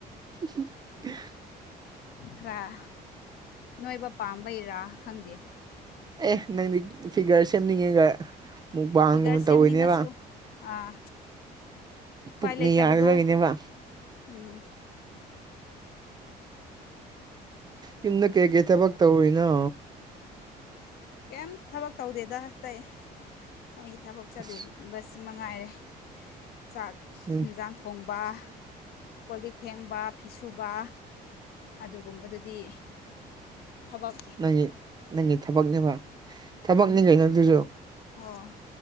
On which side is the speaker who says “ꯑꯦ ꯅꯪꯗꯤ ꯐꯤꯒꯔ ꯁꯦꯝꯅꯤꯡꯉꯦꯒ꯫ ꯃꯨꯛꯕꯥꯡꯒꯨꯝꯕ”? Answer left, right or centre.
Right